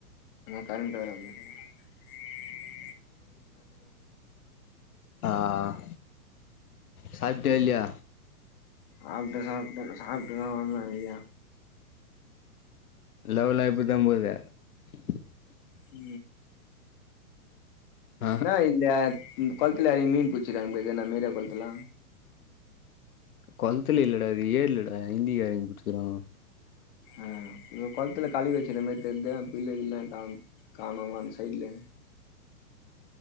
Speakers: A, on the left; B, on the left.
A: கரண்ட்டு <inaudible>
B: ஆஹ் சாப் தெர்லியா
A: சாப்ட்ட சாப்ட்ட சாப்ட்டுதா வந்த ஏ
B: லவ்லா இப்டிதா <inaudible>
A: <unintelligible>
B: ஆ
A: என்னா இது இந்த கொளத்துல எறங்கி மீன் புடிச்சு இருகானுங்க போலக்கு நம்ம ஏரியா கொளத்துல
B: கொளத்துல இல்லடா அது ஏரிலடா இந்திகாரங்க புடுச்சுருக்குறங்கோ
A: அஹ் எதோ கொளத்துலா கலிவச்சர மாரி தெர்து இப்ப இல்ல இல்லன்றங்கோ காணோ அந்த சைட்ல